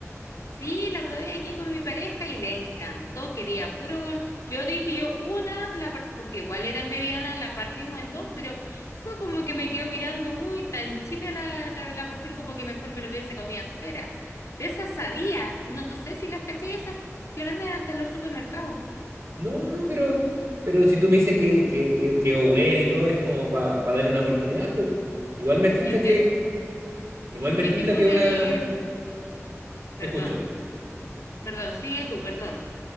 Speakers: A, on the left; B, on the right.
A: Sí, la probé aquí con mi pareja y le encantó, quería puro. Yo dije yo una, la par- porque igual era mediana, la partimos en dos, pero fue como que me quedo mirando, uy, tan chica la, la, la porción como que mejor me lo hubiese comido entera. De esas sabía, no, sé si las caché esas, se las venden hasta en los supermercados.
B: No, no, pero, pero si tú me dices que, que, que quedó buena y todo, es como para darle una oportunidad, pues igual me tinca
A: Ya, pero
B: que, igual me
A: ¿qué
B: tinca
A: tipo
B: que
A: de...
B: una... Te
A: Perdón,
B: escucho.
A: perdón, sigue tú, perdón.